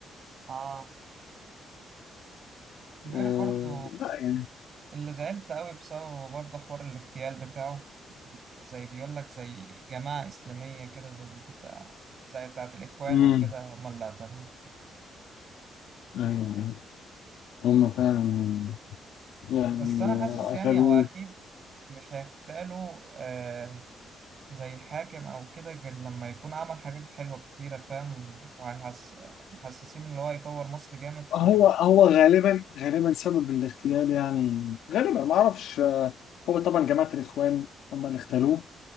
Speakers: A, on the right; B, on the left.
A: اه غير
B: آه
A: برضه
B: لا يعني
A: اللي زعلت قوي بسببه برضه حوار الاغتيال بتاعه زي بيقول لك زي جماعة إسلامية كده زي بتاع زي بتاعة الإخوان
B: امم
A: وكده هم اللي قتلوه
B: ايوه هم فعلا يعني
A: بس أنا حاسس
B: قتلوه
A: يعني هو أكيد مش هيغتالوا آه زي حاكم أو كده غير لما يكون عمل حاجات حلوة كتيرة فاهم وهيحس محسسين إن هو يطور مصر جامد فعايز
B: هو هو غالبا غالبا سبب الاغتيال يعني غالبا ما اعرفش هو طبعا جماعة الاخوان هم اللي اغتالوه